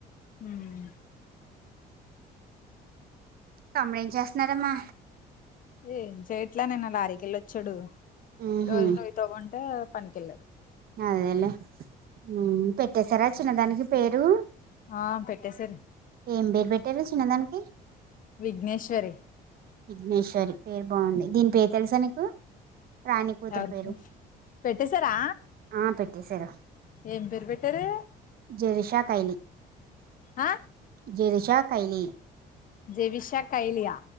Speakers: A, on the left; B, on the right.
A: మ్
B: తమ్ముడ్ ఏం చేస్తున్నరమ్మా?
A: ఏం చేయట్లే నిన్న లారీకెళ్ళొచ్చాడు.
B: ఉహు
A: ఈ రోజు నుయ్యి తొవ్వుంటే పని కెల్లాడు.
B: అదేలే మ్ పెట్టేశారా చిన్నదానికి పేరూ
A: ఆ పెట్టేసారు.
B: ఏం పేర్ పెట్టారు చిన్నదానికి
A: విఘ్నేశ్వరి.
B: విఘ్నేశ్వరి పేరు బాగుంది దీని పేరు తెలుసా నీకు రాణి కూతురు
A: ఎవరికి
B: పేరు
A: పెట్టేశారా
B: ఆ పెట్టేశారు
A: ఏం పేరు పెట్టారు
B: జెరిషా కైలీ
A: ఆ
B: జెరిషా ఖైలీ
A: జెవిషా కైలియా